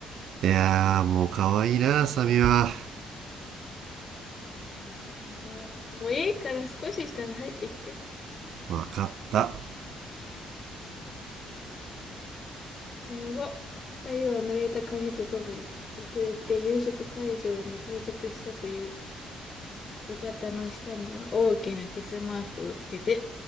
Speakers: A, on the right; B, on the left.
A: いやー、もう可愛いな、サミは。
B: それなもういいから少ししたら入ってきて。
A: わかった。
B: その後、二人は濡れた髪とともに、遅れて夕食会場に到着したという、浴衣の下には大きなキスマークをつけて、